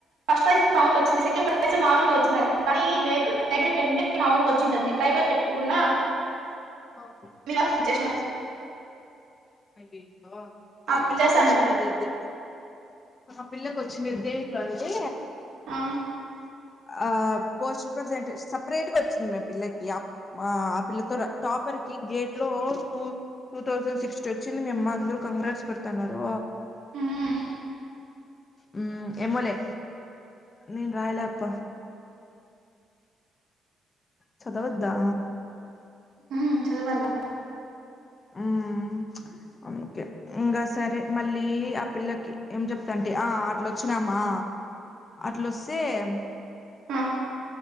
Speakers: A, on the right; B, on the left.
A: ఫస్ట్ ప్రైజ్ మావోళ్ళకి వచ్చింది. సెకండ్ ప్రైజ్ మావోళ్ళకే వచ్చినాది కానీ లేదు టైబర్ పెట్టింటే మావోళ్లకు వచ్చింటది టైబర్ పెట్టకుండా
B: హా
A: మీరు
B: డీటైల్స్
A: చేసిన
B: ఈ
A: అప్పుడు
B: ఆ పిల్లకి
A: చేస్తా
B: వచ్చింది
A: అన్నారు
B: ఏదైతే ఆ పిల్లకి వచ్చి దేంట్లో అంటే
A: ఆ
B: ఆ పోస్ట్ ప్రజెంటే సపరేట్గా వచ్చింది ఆ పిల్లకి మా ఆ పిల్లతో టాపర్కి గేట్లో టూ టూ థౌసండ్ సిక్స్ వచ్చింది మేమ్మ అందరు కంగ్రాట్ల్స్ పెడుతున్నారు.
A: హ్మ్
B: హ్మ్ ఏమోలే నేన్ రాయలే అప్ప చదవద్దా
A: మ్ చదవాలా
B: మ్ ఒకే ఇంకా సరే మళ్ళీ ఆ పిల్లకి ఏం చెప్తాంతాటి ఆ అట్లొచ్చినామా అట్లొస్తే మ్
A: అ